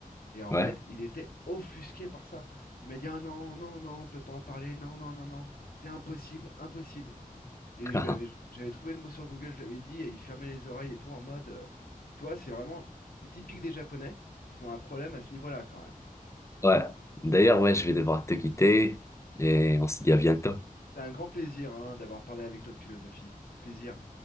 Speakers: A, on the left; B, on the left.
A: Et en
B: Ouais.
A: fait, il était offusqué par ça. Il m'a dit, Ah non, non, non, on peut pas en parler, non, non, non, non, c'est impossible, impossible. Et
B: <laughs>
A: je lui avais, j'avais trouvé le mot sur Google, je lui avais dit, et il fermait les oreilles et tout en mode, euh, tu vois, c'est vraiment, c'est typique des Japonais, ils ont un problème à ce niveau-là quand même.
B: Ouais. D'ailleurs, ouais, je vais devoir te quitter. Et on se dit à bientôt.
A: C'est un grand plaisir, hein, d'avoir parlé avec toi de philosophie. Au plaisir.